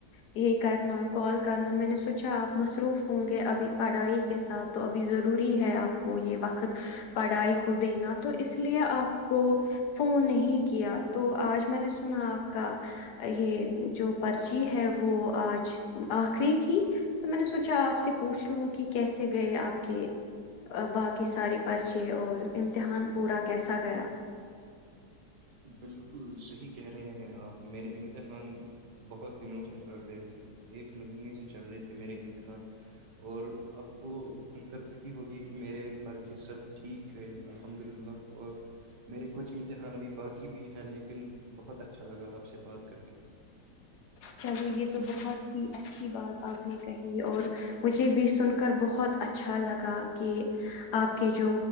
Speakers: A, on the left; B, on the right.
A: یہ کرنا کال کرنا میں نے سوچا آپ مصروف ہوں گے ابھی پڑھائی کے ساتھ تو ابھی ضروری ہے آپ کو یہ وقت پڑھائی کو دینا تو اس لیے آپ کو فون نہیں کیا تو آج میں نے سنا آپ کا یہ جو پرچی ہے وہ آج آخری تھی تو میں نے سوچا آپ سے پوچھ لوں کہ کیسے گئے آپ کے باقی ساری پرچی چے اور امتحان پورا کیسا گیا
B: بلکل صحیح کہہ رہے ہیں آپ میرے امتحان بہت دنوں سے چل رہے تھے ایک مہینے سے چل رہے تھے میرے امتحان اور آپ کو سن کر خوشی ہوگی کہ میرے پرچے سب ٹھیک گئے الحمد للہ اور میرے کچھ امتحان ابھی باقی ی بھی ہے لیکن بہت اچھا لگا آپ سے بات کر کے
A: چلو یہ تو بہت ہی اچھی بات آپ نے کہی اور مجھے بھی سن کر بہت اچھا لگا کہ آپ کے جو